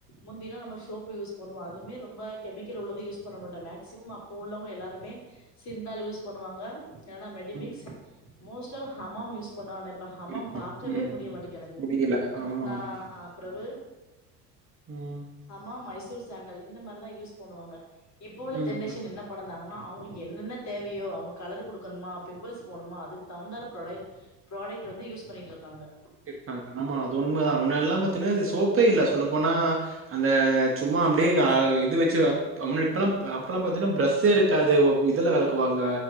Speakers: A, on the left (about 35°); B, on the right (about 25°).
A: முந்திலா நம்ம சோப்பு யூஸ் பண்ணுவோ அதுமே ரொம்ப கெமிக்கல் உள்ளது யூஸ் பண்ண மாட்டோ மேக்சிமம் அப்ப உள்ளவங்க எல்லாருமே சிந்தால் யூஸ் பண்ணுவாங்க இல்லன்னா மெடிமிக்ஸ்
B: ம்.
A: மோஸ்ட்டு ஹமாம் யூஸ் இப்ப நானு இப்ப ஹமாம்
B: இருப்பாங்க.
A: பாக்கவே
B: ம்,
A: முடிய
B: ம்.
A: மாட்டக்கு எனக்கு
B: முடியல. ஆமா,
A: நா
B: ஆமா.
A: அ பிரவு
B: ம்
A: ஹமாம் மைசூர் சாண்டல் இந்த மாரிதா யூஸ் பண்ணுவாங்க இப்போ உள்ள
B: ம்.
A: ஜென்ரேஷன் என்ன படந்தாங்கனா அவுங்களுக்கு என்னென்ன தேவையோ அவுங்க கலரு குடுக்கணுமா பிம்பிள்ஸ் போணுமா அதுக்கு தகுந்தால ப்ரொடை ப்ராடெக்ட் வந்து யூஸ் பண்ணிட்ருக்காங்க
B: இருக்காங்க ஆமா அது உண்மதா முன்ன எல்லா பாத்தீனா இது சோப்பே இல்ல சொல்ல போனா அந்த சும்மா அப்டியே கா இது வச்சு வ பமுனு இப்பலா அப்பலா பாத்தீனா பிரஸ்ஸே இருக்காது இதுல வெளக்குவாங்க